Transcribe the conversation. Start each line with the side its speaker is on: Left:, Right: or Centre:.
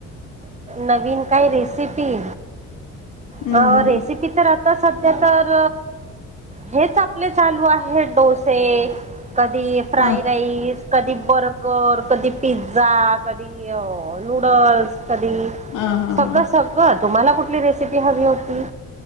Right: नवीन काय रेसिपी
Left: हम्म
Right: अ
Left: हम्म
Right: रेसिपी तर आ आता सध्या तर हेच आपले चालू आहेत डोसे. कधी फ्राई
Left: हा
Right: राईस, कधी बर्गर कधी पिझ्झा, कधी अ नूडल्स, कधी
Left: हा हा
Right: सगळं
Left: हा
Right: सगळंच. तुम्हाला कुठली रेसिपी हवी होती?